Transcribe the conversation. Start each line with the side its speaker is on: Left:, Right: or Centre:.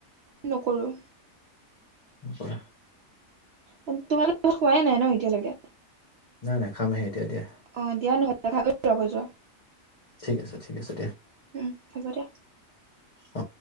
Right: নকৰোঁ।
Left: কৰা।
Right: উম তোমালোক খোৱাই নাই ন এতিয়ালৈকে।
Left: নাই নাই খামহে এতিয়া দিয়া।
Right: অ দিয়া নহ'লে খাগৈ যোৱা গৈ যোৱা।
Left: ঠিক আছে ঠিক আছে দিয়া।
Right: উম, হ'ব দিয়া।
Left: অ'।